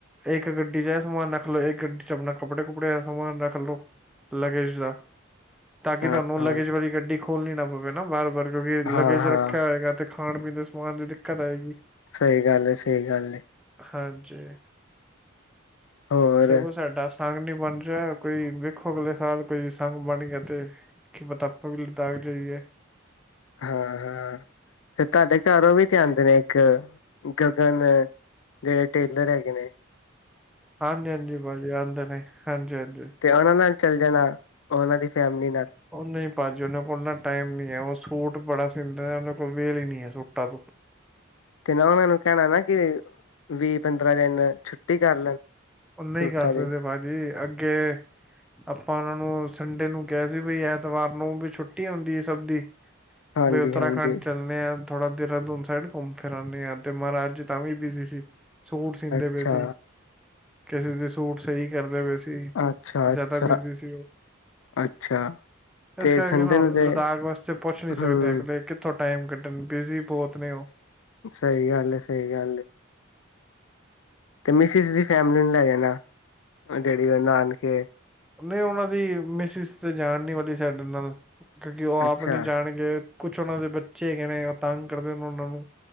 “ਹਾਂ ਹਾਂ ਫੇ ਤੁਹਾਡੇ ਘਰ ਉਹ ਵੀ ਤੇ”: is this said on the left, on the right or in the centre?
Left